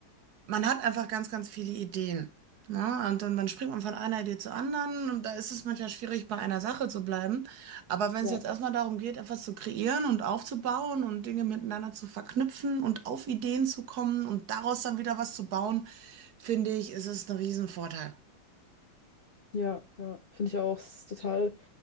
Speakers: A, on the right; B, on the left.
A: man hat einfach ganz, ganz viele Ideen. Ne? Und dann, dann springt man von einer Idee zur anderen und da ist es manchmal schwierig, bei einer Sache zu bleiben. Aber wenn
B: Ja,
A: es jetzt erstmal darum geht, etwas zu kreieren und aufzubauen und Dinge miteinander zu verknüpfen und auf Ideen zu kommen und daraus dann wieder was zu bauen, finde ich, ist es ein Riesenvorteil.
B: ja, ja, finde ich auch, es ist total,